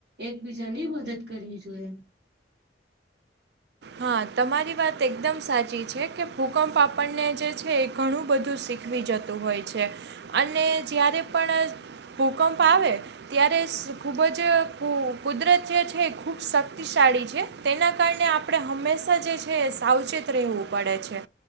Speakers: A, on the right; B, on the right.
A: એક બીજા ની મદદ કરવી જોઈએ.
B: હા, તમારી વાત એકદમ સાચી છે, કે ભૂકંપ આપણને જે છે એ ઘણું બધું શીખ ખવી જતું હોય છે. અને જ્યારે પણ ભૂકંપ આવે ત્યારે સ ખૂબ જ કુ કુદરત જે છે એ ખૂબ શક્તિશાળી છે, તેના કારણે આપ પણે હંમેશા જે છે એ સાવચેત રહેવું પડે છે.